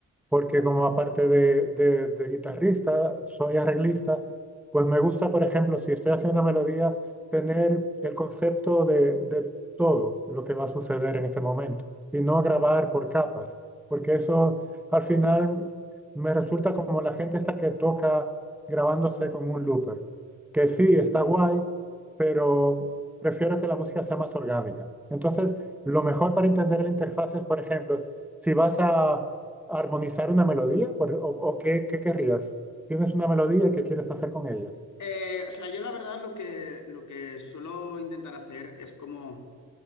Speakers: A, in the centre; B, on the left.
A: porque como aparte de, de- de guitarrista, soy arreglista, pues me gusta, por ejemplo, si estoy haciendo una melodía, tener el concepto de, de todo lo que va a suceder en ese momento y no grabar por capas, porque eso al final me resulta como la gente esta que toca grabándose con un looper, que sí, está guay, pero prefiero que la música sea más orgánica. Entonces, lo mejor para entender la interfaz es, por ejemplo, si vas a armonizar una melodía? Por- ¿O, o qué, qué querrías? ¿Tienes una melodía y qué quieres hacer con ella?
B: Eh, o sea, yo la verdad lo que, lo que suelo intentar hacer es como